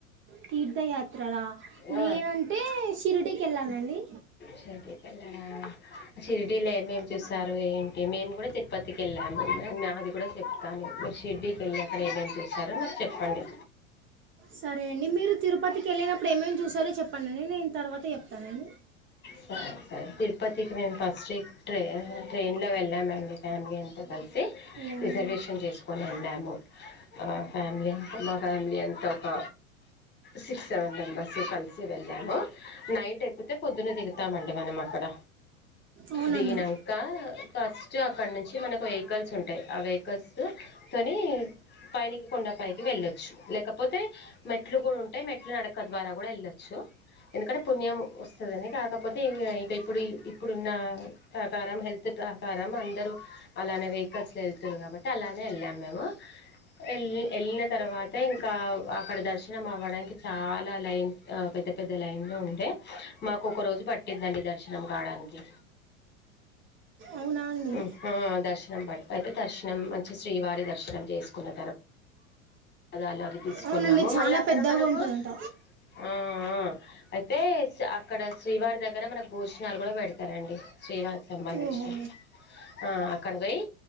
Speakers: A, on the right (about 30°); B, on the left (about 25°).
A: తీర్థయాత్ర లా
B: ఆ
A: నేనంటే షిరిడికి ఎళ్ళానండి
B: షిరిడి కెళ్ళారా షిరిడిలో ఏమేమి చూసారు ఏంటి మేము గూడ తిరుపతికి ఎళ్ళాము మ నాది కూడ చెప్తాను మీరు షరిడికి ఎళ్ళి అక్కడ ఏమేం చేసారో నాకు చెప్పండి
A: సరే అండి మీరు తిరుపతికి ఎళ్ళినప్పుడు ఏమేమి చూసారో చెప్పండండి నేను తర్వాత చెప్తానండి
B: స సరే తిరుపతికి మేము ఫస్ట్ ట్రె ట్రైన్లో వెళ్ళామండి. ఫ్యామిలీ అంతా కలిసి
A: ఓహో
B: రిజర్వేషన్ చేసు కొని వెళ్ళాము అ ఫ్యామిలీ అంత మా ఫ్యామిలీ అంతా ఒక సిక్స్ సెవెన్ మెంబస్ స్ కలిసి వెళ్ళాము నైట్ ఎక్కుతే పొద్దున దిగుతామండి మనం అక్కడ
A: అవునండి
B: దిగినంక ఫస్ట్ అక్కడ నుంచి మనకు వెహికల్స్ ఉం టయ్ ఆ వెహికల్స్ తొనీ పైనికి కొండ పైకి వెళ్ళొచ్చు లేకపోతే మెట్లు కూడుంటయ్ మెట్లు నడకద్ ద్వారా గూడ ఎళ్ళొచ్చు ఎందుకంటె పుణ్యం వస్తదని కాకపోతే ఇంగ ఇక ఇప్పుడు ఇ ఇప్పుడున్నా ప్రకారం హెల్త్ ట్రాకారం అందరు అలానే వెహికల్స్ లో ఎళ్తురు కాబట్టి అలానే వెళ్ళాము మేము వెళ వెళ్ళిన తర్వాత ఇంకా అక్కడ దర్శనం అవ్వడానికి చాలా లైన్ పెద్ద పెద్ద లైన్ లో ఉండే మాకు ఒక రోజు పట్టిందం అండి దర్శనం కావడానికి
A: అవునా అండి
B: ఉ హ దర్శనం బట్ అయితే దర్శనం మంచి శ్రీవారి దర్శనం చేసుకున్న తర్వాత <unintelligible> వి తీసుకున్నాము
A: అవునండి చాలా
B: మళ్ళీ అక్కడ
A: పెద్దగా
B: మనకు
A: ఉంటుందంట
B: ఊ ఊ అయితే అక్కడ శ్రీవారి దగ్గర మనకు భోజనాలు కూడా పెడుతారు అండి శ్రీవారికి సంబంధించినాయ
A: ఓహో
B: ఆ అక్కడ పోయి